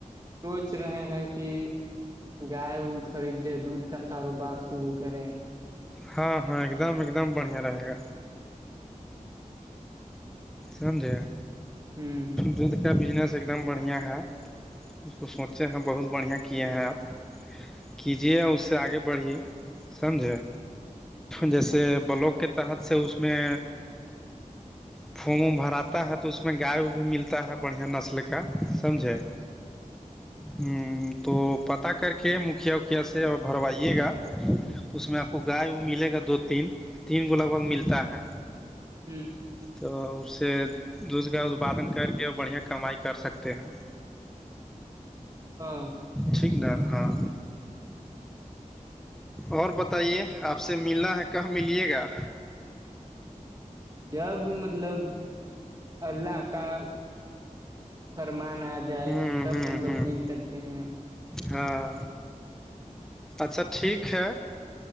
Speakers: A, on the right; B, in the centre.
A: سوچ رہے ہیں کہ گائے وائے خرید لے دودھ کا کاروبار شروع کرے
B: ہاں ہاں ایک دم ایک دم بڑھیا رہے گا سمجھے
A: ہوں
B: دودھ کا بجنس ایک دم بڑھیا ہے اس کو سوچے ہیں بہت بڑھیا کیے ہیں آب کیجیے اس سے آگے بڑھیں سمجھے جیسے بلاک کے تحت سے اس میں پھوم ووم بھراتا ہے تو اس میں گائے بھی ملتا ہے بڑھیا نسل کا سمجھے ہوں تو پتاہ کر کے مکھیا وکھیا سے اور بھروائیے گا اس میں آپ کو گائے بھی ملے گا دو تین تین لگ بھگ ملتا ہے
A: ہوں
B: تو اس سے دودھ کا اتپادن کر کے بڑھیا کمائی کر سکتے ہیں
A: ہاں
B: ٹھیک نا ہاں اور بتائیے آپ سے ملنا ہے کہاں ملیے گا
A: جب مطلب اللہ کا فرمان آ جائے
B: ہوں
A: تب
B: ہوں
A: ہم لوگ
B: ہوں
A: مل سکتے ہیں
B: ہاں اچھا ٹھیک ہے